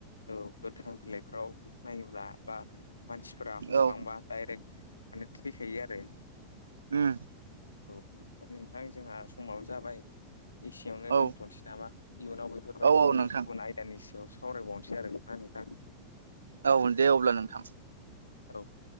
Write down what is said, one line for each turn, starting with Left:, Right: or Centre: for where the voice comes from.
Left: औ गोथां बिलाइफोराव नायोब्ला बा मानसिफोरा फ्लांबा
Right: औ
Left: डाइरेक्ट माने थैखायो आरो।
Right: उम
Left: औ नोंथां जोंहा समाव जाबाय। एसेयावनो
Right: औ
Left: दोनथ'नोसै नामा इयुनाव बेफोरबायदिनो
Right: औ औ नोंथां
Left: गुबुन आयदानि सायाव सावरायबावनोसै आरो नङा नोंथां।
Right: औ दे अब्ला नोंथां।
Left: औ